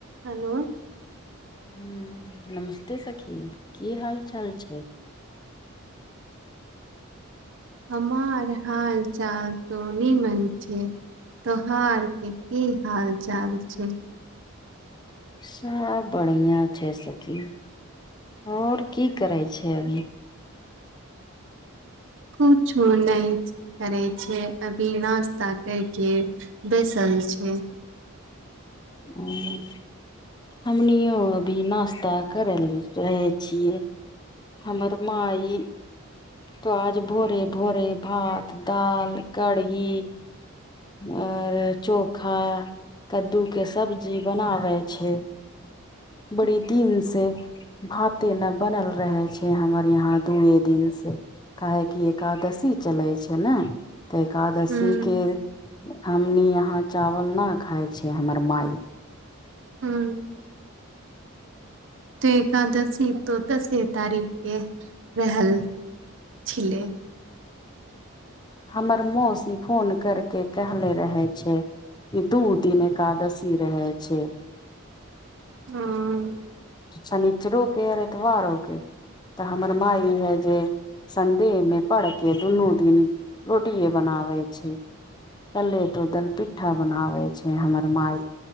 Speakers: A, on the right; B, on the left.
A: हेलो
B: नमस्ते सखी की हाल चाल छै
A: हमर हाल चाल तो नीमन छय त्योहार के की हाल चाल छै
B: सब बढ़िया छै सखी आओर की करै छै अभी
A: कुछो नय अछि करै छियइ अभी नाश्ता करिके बैसल छियै
B: हँ हमनियो अभी नाश्ता करै ल‌ए रहै छियै हमर माई तऽ आज भोरे भोरे भात दाल कढ़ी और चोखा कद्दू के सब्जी बनावे छै
A: <inaudible>
B: बड़ी दिन से भाते न बनल रहय छय हमर यहाँ दूए दिन से काहेकि एकादशी चलै छै ने एकादशी
A: ह
B: के हमनी यहाँ चावल न खाय छी हमर माई
A: हँ तऽ एकादशी तो दसे तारीख के रहल छलै
B: हमर मौसी फोन करके कहले रहै छय दू दिन एकादशी रहै छै
A: हँ
B: शनिचरो के आर एतवारो के तऽ हमर माय ई है जे संदेह मे पर के दुनू दिन रोटिये बनाबै छै कल्हे तो दलपि परठा बनाबै छै हमर माई